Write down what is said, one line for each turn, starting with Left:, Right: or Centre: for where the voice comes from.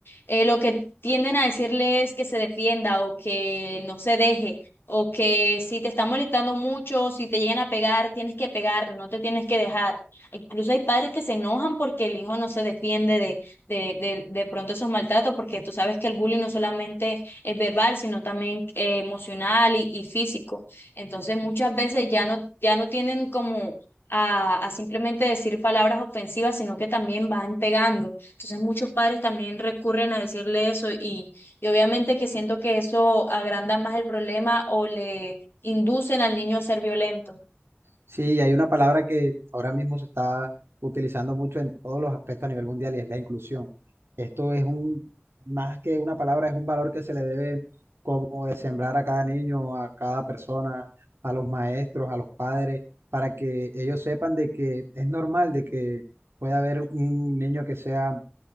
Left: eh, lo que tienden a decirle es que se defienda o que no se deje, o que si te está molestando mucho, si te llegan a pegar, tienes que pegar, no te tienes que dejar. Incluso hay padres que se enojan porque el hijo no se defiende de, de, de, de pronto esos maltratos, porque tú sabes que el bullying no solamente es verbal, sino también eh, emocional y, y físico. Entonces muchas veces ya no, ya no tienen como a, a simplemente decir palabras ofensivas, sino que también van pegando. Entonces muchos padres también recurren a decirle eso y, y obviamente que siento que eso agranda más el problema o le inducen al niño a ser violento.
Right: Sí, y hay una palabra que ahora mismo se está utilizando mucho en todos los aspectos a nivel mundial y es la inclusión. Esto es un, más que una palabra, es un valor que se le debe como de sembrar a cada niño, a cada persona, a los maestros, a los padres, para que ellos sepan de que es normal de que pueda haber un niño que sea